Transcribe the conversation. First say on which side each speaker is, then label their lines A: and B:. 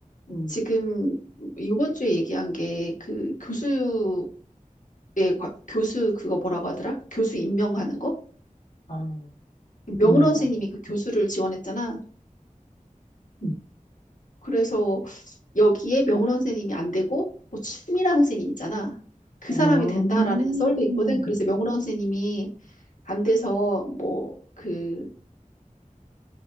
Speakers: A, on the left (about 80°); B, on the left (about 65°).
A: 음,
B: 지금 이번 주에 얘기한 게 그 교수의 과- 교수 그거 뭐라고 하더라? 교수 임명하는 거?
A: 아,
B: 명훈
A: 음,
B: 선생님이
A: 맞-
B: 그 교수를 지원했잖아.
A: 음.
B: 그래서 여기에 명훈 선생님이 안 되고 뭐 추미란 선생님 있잖아. 그
A: 아,
B: 사람이
A: 음.
B: 된다라는 썰도 있거든. 그래서 명훈 선생님이 안 돼서 뭐 그